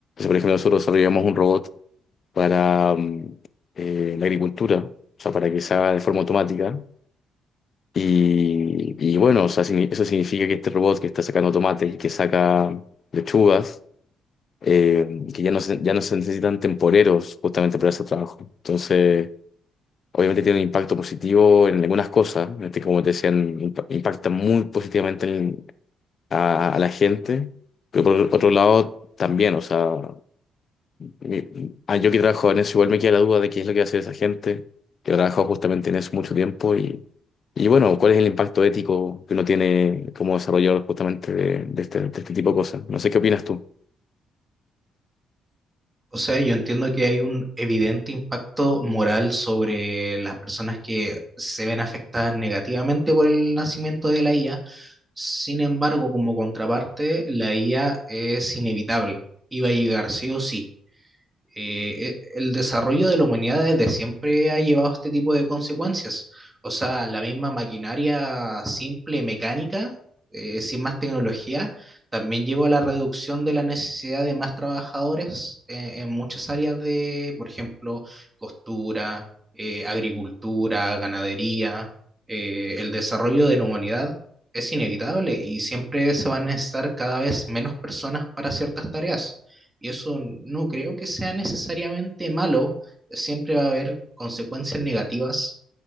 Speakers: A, on the left; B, on the right.
A: por ejemplo, nosotros desarrollamos un robot para mm, eh, la agricultura, o sea, para que se haga de forma automática. Y, y bueno, o sea, signi- eso significa que este robot que está sacando tomates y que saca lechugas, eh, que ya no se, ya no se necesitan temporeros justamente para ese trabajo. Entonces, obviamente tiene un impacto positivo en algunas cosas, este, como te decían, impa- impacta muy positivamente en- a, a la gente, pero por otro lado también, o sea, mi- ah, yo que trabajo en eso, igual me queda la duda de qué es lo que hace esa gente, que trabaja justamente en eso mucho tiempo y, y bueno, cuál es el impacto ético que uno tiene como desarrollador justamente de, de este, de este tipo de cosas. No sé qué opinas tú.
B: O sea, yo entiendo que hay un evidente impacto moral sobre las personas que se ven afectadas negativamente por el nacimiento de la IA. Sin embargo, como contraparte, la IA es inevitable. Iba a llegar sí o sí eh, e- el desarrollo de la humanidad desde siempre ha llevado este tipo de consecuencias. O sea, la misma maquinaria simple, mecánica, eh, sin más tecnología, también llevó a la reducción de la necesidad de más trabajadores eh, en muchas áreas de, por ejemplo, costura, eh, agricultura, ganadería. Eh, el desarrollo de la humanidad es inevitable y siempre se van a necesitar cada vez menos personas para ciertas tareas. Y eso no creo que sea necesariamente malo, siempre va a haber consecuencias negativas,